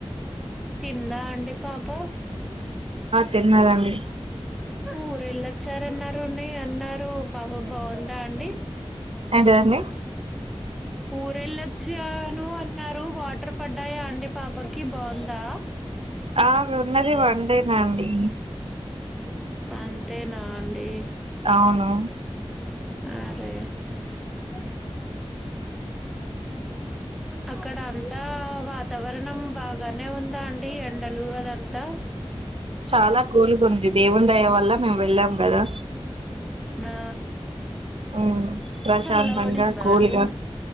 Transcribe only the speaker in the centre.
తిందా టిపాప
ఊరు వెళ్ళొచ్చారన్నారుని అన్నారు పాప బాగుందా అండి.
ఊరేళ్ళొచ్చాను అన్నారు. వాటర్ పడ్డాయా అండి పాపకి బాగుందా
అంతేనా అండి
అరే అ అక్కడ అంతా వాతావరణం బాగానే ఉందా అండి. ఎండాలు అదంతా
ఆ
చల్లబడిందా
అండి